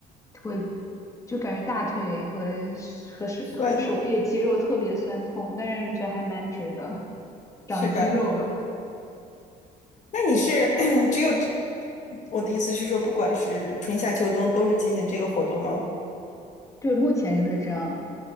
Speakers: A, on the left (about 20°); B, on the left (about 45°).
A: 会就感觉大腿和和手和手臂的肌肉特别酸痛，
B: 酸
A: 但是觉得还蛮值的，长肌肉了。
B: 是吧？那你是 <clears throat> 只有我的意思是说，不管是春夏秋冬都是进行这个活动吗？
A: 对，目前就是这样。